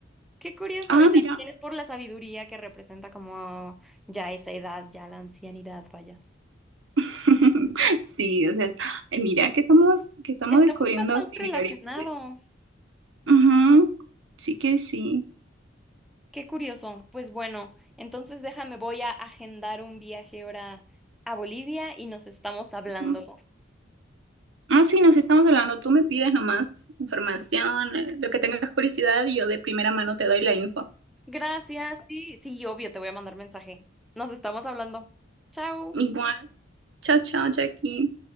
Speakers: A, in the centre; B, on the right.
A: Qué curioso.
B: Ah,
A: Y también
B: mira.
A: es por la sabiduría que representa como ya esa edad, ya la ancianidad, vaya.
B: <laughs> Sí, o sea, ay, mira que estamos, que estamos
A: Está
B: descubriendo
A: bastante
B: similaritudes.
A: relacionado.
B: Ujú, Sí que sí.
A: Qué curioso. Pues bueno, entonces déjame, voy a agendar un viaje ahora a Bolivia y nos estamos hablando.
B: Ujú. Ah, sí, nos estamos hablando. Tú me pides nomás información, eh, lo que tengas curiosidad, y yo de primera mano te doy la info.
A: Gracias. Sí, sí, obvio, te voy a mandar mensaje. Nos estamos hablando. Chao.
B: <laughs> Igual. Chao, chao, Jackie.